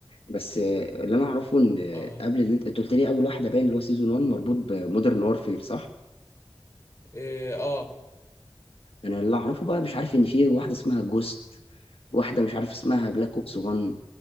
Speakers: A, on the left (about 75°); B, on the left (about 30°).
A: بس آه، اللي انا اعرفه ان آه،
B: اه
A: قبل اللي انت أنت قلت لي اول واحده باين اللي هو سيزون 1 مربوط بمودرن وارفير صح؟
B: إيه اه
A: انا اللي اعرفه بقى مش عارف ان في واحده اسمها جوست واحده مش عارف اسمها بلاك اوبس 1